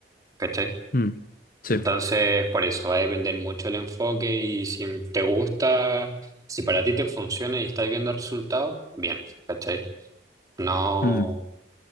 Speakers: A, on the right; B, on the left.
A: ¿cachai?
B: mm, sí,
A: Entonces, por eso va a depender mucho el enfoque y si te gusta, si para ti te funciona y estás viendo resultados, bien, ¿cachai? No,
B: mm,